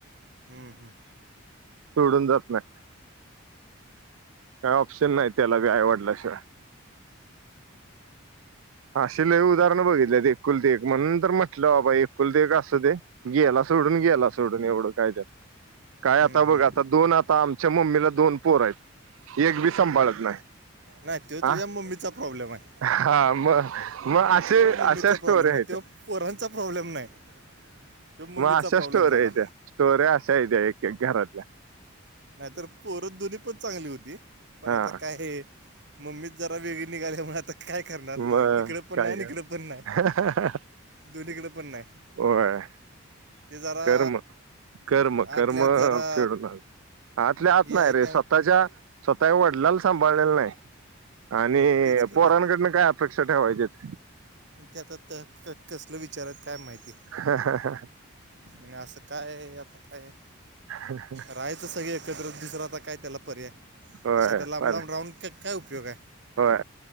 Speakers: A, on the right; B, on the right.
A: हम्म, हम्म,
B: सोडून जात नाही काय ऑप्शन नाही त्याला बी आवडल्याशिवाय अशी लय उदाहरणं बघितली ते एकुल ते एक म्हण तर म्हटलं बाबा एकुल ते एक असं ते ग्यायला सोडून ग्यायला सोडून एवढं कायद्यात काय
A: हम्म,
B: आता
A: हम्म.
B: बघ आता दोन आता आम च्या मम्मीला दोन पोर आहेत एक बी सांभाळत नाही
A: नाही तो
B: हा
A: तुझ्या मम्मीचा प्रॉब्लेम आहे
B: हा मग मग असे
A: तो मम्मीचा
B: अशा स्टोर्या
A: प्रॉब्लेम आहे
B: ह
A: तो
B: त्या
A: पोरांचा प्रॉब्लेम नाही तो मम्मीचा
B: मग अशा
A: प्रॉब्लेम
B: स्टोर
A: झाला
B: येत्या स्टोर आहे अशा आहे्या एक घरातल्या
A: नाहीतर पोरत दोन्ही पण चांगली होती पण
B: हा
A: आता काय मम्मीच जरा वेगळी निघाली म आता काय करणार
B: मग
A: इकडं पण
B: काय
A: नाही इकडं पण नाही
B: कर
A: दोन्हीकडे पण नाही
B: होय
A: ते जरा
B: कर्म कर्म कर्म
A: आतल्यात जरा
B: फेडून आलं आतल्या आत
A: हे
B: नाही
A: आहे
B: रे
A: त्या
B: स्वतःच्या स्वतःच्या वडिलाला सांभाळलेला नाही आणि
A: मग तेच खरं
B: पोरांकडनं
A: आहे
B: काय अपेक्षा ठेवायची ते
A: त्या आत त क कसलं विचार आहेत काय माहिती
B: हा हा हा हा
A: आणि असं काय आता काय
B: हम हम
A: राहायचं सगळे एकत्र दुसरं आता काय त्याला पर्याय
B: होय
A: अशा आता लांब
B: फार
A: लांब राहंड काय उपयोग आहे
B: होय